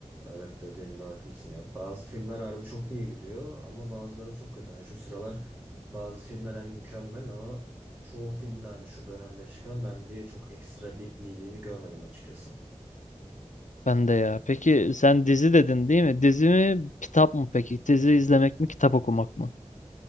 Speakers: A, on the right; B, on the left.
A: evet dediğinde haklısın ya. Bazı filmler harbi çok iyi gidiyor ama bazıları çok kötü. Yani şu sıralar bazı filmler hani mükemmel ama çoğu filmde hani şu dönemde çıkan ben bir çok ekstra bir iyiliğini görmedim açıkçası.
B: Ben de ya. Peki sen dizi dedin değil mi? Dizi mi, kitap mı peki? Dizi izlemek mi, kitap okumak mı?